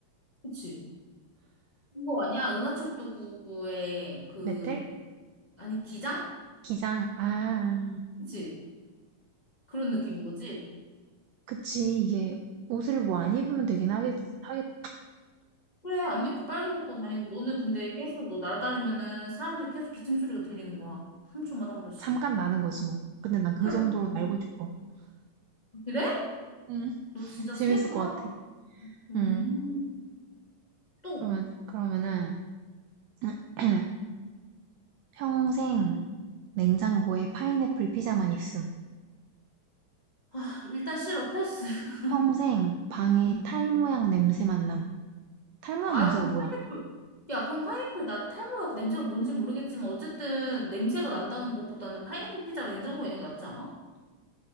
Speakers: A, on the left; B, on the right.
A: 그치? 그거 아니야? 은하철도 구9 9의 그,
B: 메텔?
A: 아니, 기장?
B: 기장. 아,
A: 그치? 그런 느낌인 거지?
B: 그치. 이게 옷을 뭐 안 입으면 되긴 하겠, 하겠
A: 그래, 안 입고 빨개 벗고 다니고, 너는 근데 계속 너 날아다니면은 사람들이 계속 기침 소리가 들리는 거야. 3초마다 한 번씩.
B: 잠깐 나는 거지 뭐. 근데 난 그
A: 펄럭,
B: 정도로 날고
A: 펄럭.
B: 싶어.
A: 그래?
B: 음,
A: 너 진짜
B: 재밌을
A: 새구나.
B: 것 같아.
A: 음,
B: 음,
A: 또.
B: 그러면, 그러면은, <clears throat> 평생 냉장고에 파인애플 피자만 있음.
A: 아, 일단 싫어, 패스. <laughs>
B: 평생 방에
A: 음.
B: 탈 모양 냄새만 남. 탈 모양
A: 아,
B: 냄새가
A: 그럼
B: 뭐야?
A: 파인애플. 야, 그럼 파인애플 나 탈모약 냄새가 뭔지 모르겠지만, 어쨌든 냄새가 난다는 것보다는 파인애플 피자가 냉장고에 있는 게 낫지 않아?